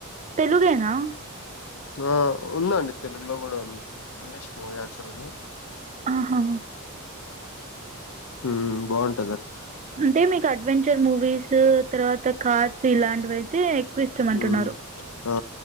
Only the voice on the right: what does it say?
తెలుగేనా
ఆహా
అంటే మీకు అడ్వెంచర్ ముూవీస్ తర్వాత కా '----' ఇలాంటివైతే ఇష్టమంటున్నారు